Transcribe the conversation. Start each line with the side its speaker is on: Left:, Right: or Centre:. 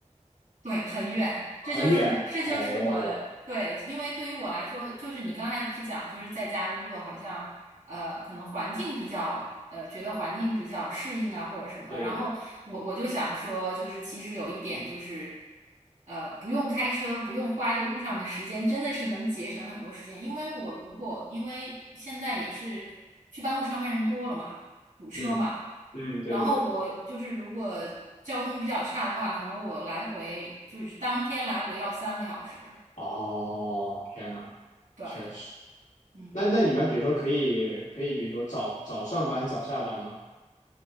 Right: 对，很远，
Left: 很远。
Right: 这就是这就是我对，
Left: 哦，
Right: 因为对于我来说，就是你刚才不是讲，就是在家工作，好像呃，可能环境比较呃，觉得环境比较适应啊，或者什么。
Left: 对对对，
Right: 然后我我就想说，就是其实有一点就是，呃，不用开车，不用花这个路上的时间，真的是能节省很多时间。因为我如果因为现在也是去办公室上班人多了嘛。堵车嘛。
Left: 嗯嗯，对对对。
Right: 然后我就是如果交通比较差的话，可能我来回就是当天来回要三个小时。
Left: 哦，天呐，
Right: 对，
Left: 确实。
Right: 嗯，
Left: 那那你们比如说可以可以，比如说早早上班早下班吗？